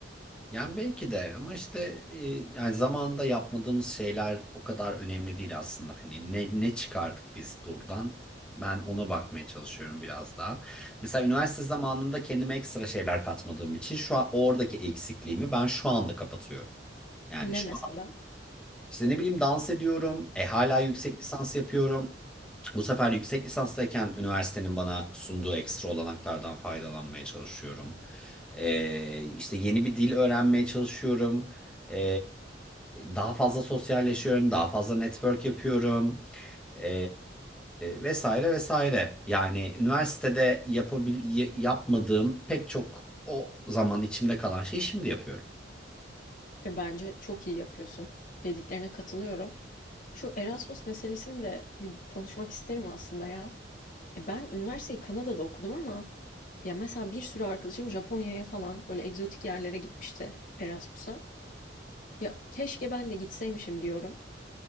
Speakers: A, in the centre; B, on the left.
A: Yani belki de ama işte e, yani zamanında yapmadığımız şeyler o kadar önemli değil aslında. Hani ne, ne çıkardık biz buradan? Ben ona bakmaya çalışıyorum biraz daha. Mesela üniversite zamanında kendime ekstra şeyler katmadığım için şu an oradaki eksikliğimi ben şu anda kapatıyorum. Yani
B: Ne
A: şu
B: mesela?
A: işte ne bileyim dans ediyorum. E hala yüksek lisans yapıyorum. Bu sefer yüksek lisanstayken üniversitenin bana sunduğu ekstra olanaklardan faydalanmaya çalışıyorum. E, işte yeni bir dil öğrenmeye çalışıyorum. E, daha fazla sosyalleşiyorum. Daha fazla network yapıyorum. E, vesaire vesaire. Yani üniversitede yapabil y- yapmadığım pek çok o zaman içimde kalan şeyi şimdi yapıyorum.
B: E, bence çok iyi yapıyorsun. Dediklerine katılıyorum. Şu Erasmus meselesini de bir konuşmak isterim aslında ya. E, ben üniversiteyi Kanada'da okudum ama ya mesela bir sürü arkadaşım Japonya'ya falan böyle egzotik yerlere gitmişti Erasmus'a. Ya keşke ben de gitseymişim diyorum.